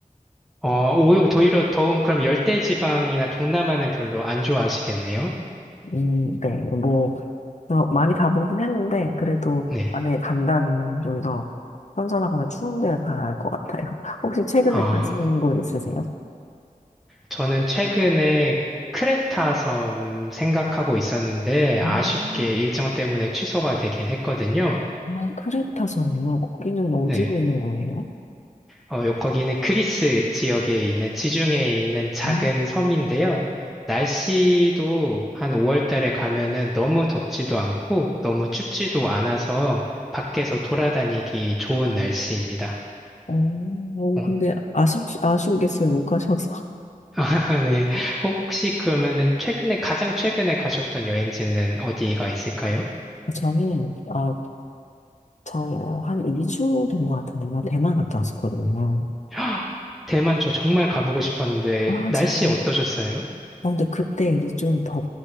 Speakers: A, in the centre; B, on the left.
A: 어, 오히려 오히려 더운 그럼 열대지방이나 동남아는 별로 안 좋아하시겠네요?
B: 음, 네, 뭐 어, 많이 가보긴 했는데 그래도
A: 네.
B: 만약에 간다면 좀 더 선선하거나 추운 데 가야 할 것 같아요. <laughs> 혹시 최근에
A: 아,
B: 가시는 곳 있으세요?
A: 저는 최근에 크레타 섬 생각하고 있었는데
B: 음,
A: 아쉽게 일정 때문에 취소가 되긴 했거든요.
B: 아, 크레타섬이요? 거기는 어디에
A: 네.
B: 있는 거예요?
A: 어, 요- 거기는 그리스 지역에 있는 지중해에 있는 작은
B: 아,
A: 섬인데요. 날씨도 한 5월 달에 가면은 너무 덥지도 않고 너무 춥지도 않아서 밖에서 돌아다니기 좋은 날씨입니다.
B: 어, 어,
A: 어,
B: 근데 아쉽, 아쉽겠어요. 못 가셔서.
A: <laughs> 아, 네. 혹- 시 그러면은 최근에, 가장 최근에 가셨던 여행지는 어디가 있을까요?
B: <laughs> 저는, 아, 저한 2주 된 것 같은데, 나 대만 갔다 왔었거든요.
A: <gasps> 대만 저 정말 가보고 싶었는데,
B: 아,
A: 날씨
B: 진짜.
A: 어떠셨어요?
B: 어, 근데 그때 이제 좀 더,